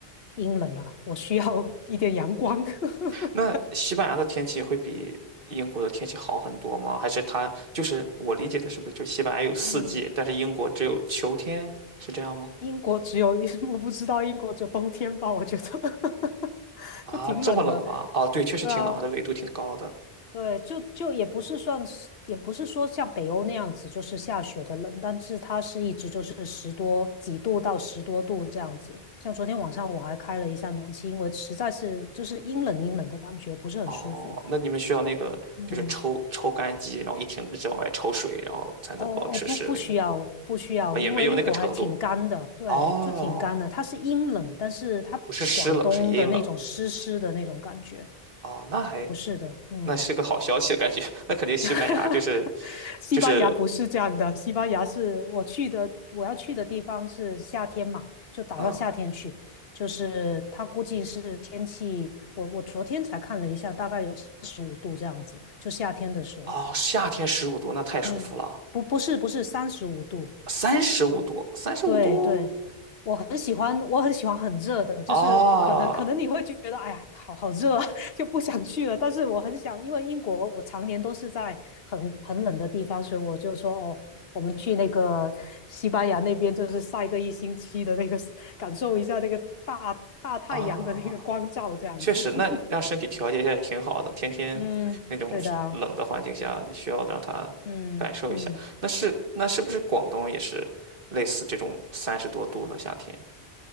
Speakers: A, on the left (about 70°); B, on the right (about 60°).
A: 阴冷了，我需要 <laughs> 一点阳光。<laughs>
B: 那西班牙的天气会比英国的天气好很多吗？还是它就是我理解的，是不是就西班牙有四季，
A: 嗯，
B: 但是英国只有秋天，是这样吗？
A: 英国只有 <laughs>，我不知道英国只有冬天吧，我觉得 <laughs>
B: 啊，
A: 就挺冷的。
B: 这么冷吗？哦，对，确实挺冷的，
A: 对啊，
B: 纬度挺高的。
A: 对，就就也不是算是，也不是说像北欧那样子，就是下雪的冷，但是它是一直就是十多几度到十多度这样子。像昨天晚上我还开了一下暖气，因为实在是就是阴冷阴冷的感觉，不是很舒服。
B: 哦，那你们需要那个就是抽抽干机，
A: 嗯，
B: 然后一停一直往外抽水，然后才能保持室温的
A: 哦哦，不不需要不需要，
B: 啊，也没有那个程度。
A: 因为英国还挺干的，对，
B: 哦，
A: 就挺干的。它是阴冷，但是它广东的那种湿湿的那种感觉，
B: 不是湿冷，是阴冷。哦，那还
A: 不是的，嗯。
B: 那是个好消息，感觉 <laughs> 那肯定西班牙就是
A: <laughs> 西班牙不是这样的，
B: 就是
A: 西班牙是我去的，我要去的地方是夏天嘛，就打到夏天去。
B: 嗯
A: 就是他估计是天气，我我昨天才看了一下，大概有十五度这样子，就夏天的时候。
B: 哦，夏天十五度，那太舒服了。
A: 嗯，不不是不是三十五度，
B: 三十五度，三十五度
A: 对对，我很喜欢，我很喜欢很热的，就是可能可能你会觉得，
B: 啊
A: 哎呀，好好热啊，<laughs> 就不想去了。但是我很想，因为英国我常年都是在很很冷的地方，所以我就说，哦，我们去那个西班牙那边，就是晒个一星期的那个，<laughs> 感受一下那个大大太阳的那个光照，
B: 啊！
A: 这样子。
B: 确实，
A: <laughs>
B: 那让身体调节一下也挺好的。天天那种是冷的环境下，
A: 嗯，对的啊，
B: 你需要让他
A: 嗯嗯。
B: 感受一下。那是那是不是广东也是类似这种三十多度呢？夏天？